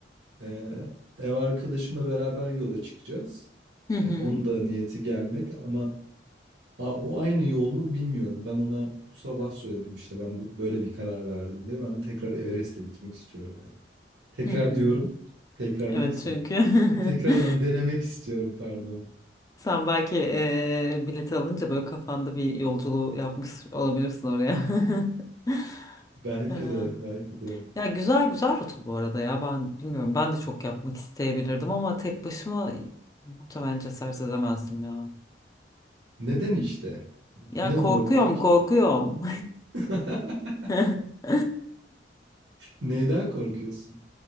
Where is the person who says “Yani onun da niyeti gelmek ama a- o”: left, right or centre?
Right